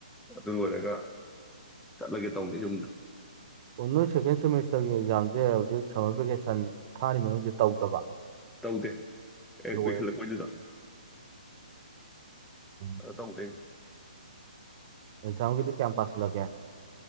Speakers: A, in the centre; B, on the right.
A: ꯑꯗꯨ ꯂꯣꯏꯔꯒ ꯆꯠꯂꯒꯦ ꯇꯧꯅꯤ ꯌꯨꯝꯗ
B: ꯑꯣ ꯅꯣꯏ ꯁꯦꯀꯦꯟ ꯁꯦꯃꯤꯁꯇꯔꯒꯤ ꯑꯦꯛꯖꯥꯝꯁꯦ ꯍꯧꯖꯤꯛ ꯁꯝꯃꯔ ꯚꯦꯀꯦꯁꯟ ꯊꯥꯔꯤ ꯃꯅꯨꯡꯁꯤ ꯇꯧꯗꯕ
A: ꯇꯧꯗꯦ ꯍꯦꯛ
B: ꯂꯣꯏꯔ
A: ꯄꯤꯈꯠꯂꯛꯄꯩꯗꯨꯗ
B: ꯎꯝ
A: ꯑ ꯇꯧꯗꯦ
B: ꯑꯦꯛꯖꯥꯝꯒꯤꯗꯤ ꯀ꯭ꯌꯥꯝ ꯄꯥꯁꯜꯂꯒꯦ